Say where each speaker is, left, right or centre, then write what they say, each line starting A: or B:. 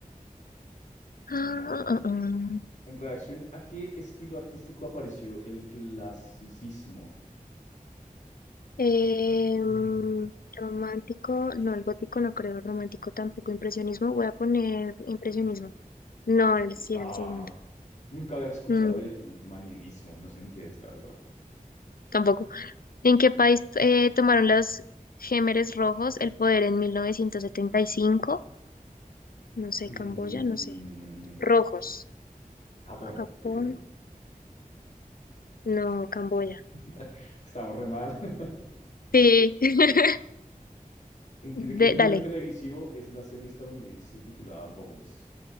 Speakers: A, on the left; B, on the left.
A: Ah,
B: Vamos
A: ah,
B: yo.
A: ah.
B: ¿En reacción a qué estilo artístico apareció el clasicismo?
A: Em,
B: Yo
A: romántico, no, el gótico no creo, romántico tampoco, impresionismo, voy a poner impresionismo.
B: creo...
A: No, el, sí,
B: Ah,
A: era el segundo.
B: nunca había escuchado
A: Mm,
B: del manierismo, no sé ni qué es, la verdad.
A: tampoco. ¿En qué país eh, tomaron los Gémeres Rojos el poder en mil novecientos setenta y cinco No sé,
B: Mm,
A: Camboya, no sé. Rojos.
B: Japón,
A: Japón,
B: yo creo.
A: no, Camboya.
B: <laughs> Estamos re mal. <laughs>
A: Sí. <laughs>
B: ¿En qué-
A: De-
B: ¿De qué género
A: dale.
B: televisivo es la serie estadounidense titulada Bones?